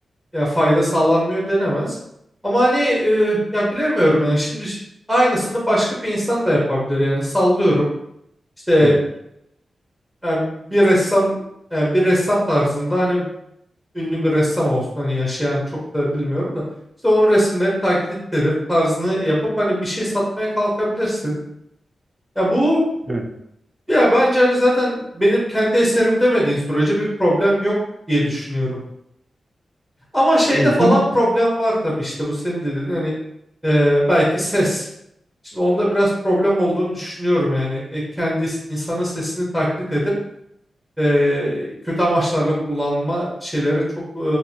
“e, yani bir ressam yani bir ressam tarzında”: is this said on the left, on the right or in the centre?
Centre